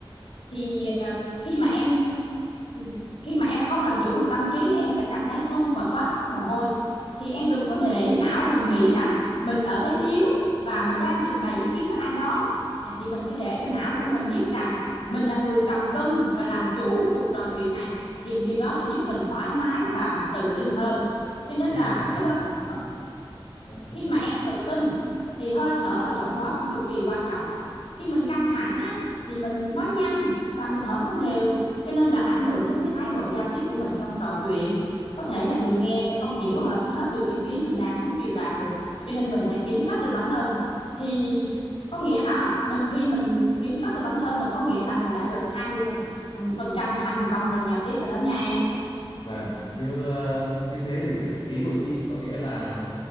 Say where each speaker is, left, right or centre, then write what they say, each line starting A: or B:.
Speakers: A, on the left; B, on the left.
A: thì à, khi mà em khi mà em không làm chủ được tâm trí thì em sẽ cảm thấy run và toát mồ hôi thì em đừng có để não mình nghĩ rằng mình ở thế yếu và mình đang trình bày ý kiến với ai đó À, thì mình phải để cho não của mình biết rằng mình là người cầm cân và làm chủ cuộc trò chuyện này thì điều đó sẽ giúp mình thoải mái và mình tự tin hơn cho nên
B: Nhưng
A: là
B: mà,
A: cái hơi
B: vâng,
A: thở
B: vâng, chị
A: khi
B: nói
A: mà
B: đi.
A: em tự tin thì hơi thở và giọng nói cũng cực kỳ quan trọng khi mình căng thẳng á thì mình nói nhanh và mình thở không đều cho nên là ảnh hưởng đến cái thái độ giao tiếp của mình trong trò chuyện có thể là người nghe sẽ không hiểu hết hết được những ý mình đang muốn truyền đạt được cho nên mình phải kiểm soát được bản thân thì có nghĩa là mình khi mình kiểm soát được bản thân là có nghĩa là mình đã được hai mươi phần phần trăm thành công trong giao tiếp rồi đó nha em
B: Vâng, như ờ, như thế thì kiểu- ý của chị có nghĩa là